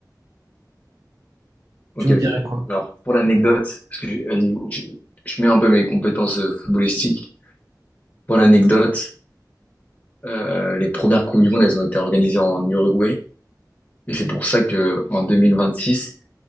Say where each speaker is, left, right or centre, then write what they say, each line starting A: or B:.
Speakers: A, on the left; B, on the right.
A: Ok,
B: Tu me
A: ok.
B: dirais quoi?
A: Alors, pour l'anecdote, parce que je, je- je mets un peu mes compétences euh, footballistiques. Pour l'anecdote, euh, les premières Coupes du Monde, elles ont été organisées en Uruguay. Et c'est pour ça que en 2026,